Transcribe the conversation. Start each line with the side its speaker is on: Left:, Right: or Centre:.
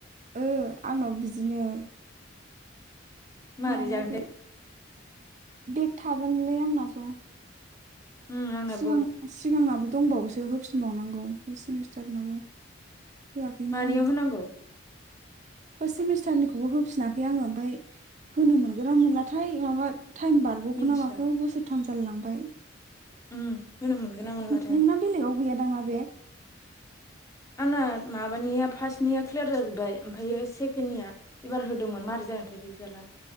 Right: ओ आंनाबो बिदिनो
Left: मारै
Right: माबायाखै
Left: जागोनथाय
Right: बेग थागोनलै आंना ज'
Left: उम आंनाबो
Right: सिगां सिगांनाबो दंबावोसो होफिनबावनांगौ फार्स्ट सेमिस्टारनाबो होआखैनो
Left: मानियाव
Right: आङो
Left: होनांगौ
Right: फार्स्ट सेमिस्टारनिखौबो होफिनाखै आङो ओमफाय होनो मोनगोना मोनलाथाय माबा टाइम बारग'खो
Left: मिन्थिया
Right: ना माखो बोसोरथाम जालाय लांबाय
Left: उम होनो मोनगोन ना मोनलाथाय
Right: नोंना बेलेगाव गैया दांना बेग
Left: आंना माबानिया फार्स्टनिया क्लियार जाजोब्बाय ओमफायो सेकेण्डनिया एबार होदोंमोन मारै जागोनथाय रिजाल्टआ